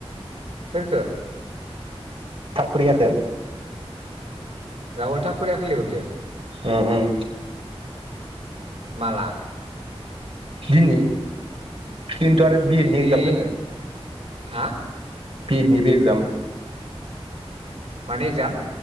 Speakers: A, on the right; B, on the right.
A: सोरखो?
B: थाकुरियाखो
A: राहुल टाकुरियाखो लिहरदो?
B: उम उम
A: माला?
B: धिनि खिन्थु आरो बि
A: दिनै
B: एड नि एक्जाम दोंङो।
A: हा?
B: बि एडनिबो एकजाम
A: मानि एक्जाम?